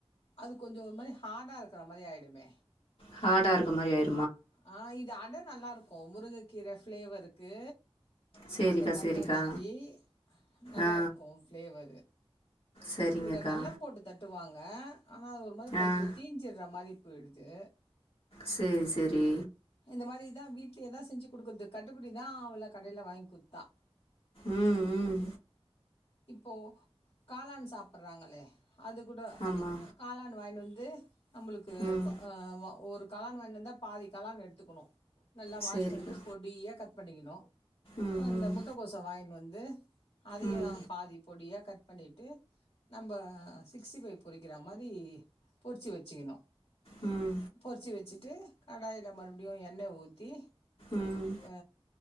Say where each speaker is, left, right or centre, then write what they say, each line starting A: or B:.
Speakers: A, on the left; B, on the left.
A: அது கொஞ்சம் ஒரு மாரி ஹார்டா இருக்ற மாரி ஆயிடுமே
B: ஹார்டா இருக்க மாரி ஆயி
A: ஆ இது அட நல்லா இருக்கும் முருங்கை கீர ஃபிளேவர்க்கு
B: சரிக்கா
A: அந்த நல்லெண்ணய்க்கு
B: சரிக்கா
A: நல்லா
B: ஆ
A: இருக்கும் ஃப்ளேவரு
B: சரிங்கக்கா
A: இதில் வெள்ளம் போட்டு தட்டுவாங்க ஆனா அது ஒரு மாரி கொஞ்சம்
B: ஆ
A: தீஞ்சிற மாதிரி போயிடுது
B: செரி செரி
A: இந்த மாரிதா வீடலயே தா செஞ்சு கொடுக்குறது கட்டுப்படி தா ஆவல கடையில வாங்கி கொத்தா
B: ம் ம்
A: இப்போ காளான் சாப்புறாங்களே அது கூட
B: ஆமா
A: காளான் வாங்கின் வந்து நம்மளுக்கு
B: ம்
A: ப அ ஒரு காளான் வாங்கிட்டு வந்தா பாதிக் காளான் எடுத்துக்கணும் நல்லா
B: சேரிக்கா
A: வாஷ் பண்ட்டு பொடியா கட் பண்ணிக்கணும்
B: ம்
A: அந்த
B: ம்
A: முட்டக்கோச வாங்கின் வந்து அதயும்
B: ம்
A: பாதி பொடியா கட் பண்ணிட்டு நம்ம சிக்ஸ்டி ஃபைவ் பொரிக்கிற மாதி பொரிச்சு வச்சுக்கணும்
B: உம்
A: பொறிச்சி வச்சுட்டு கடாயில மறுபடியும் எண்ணை ஊத்தி
B: ம்
A: அ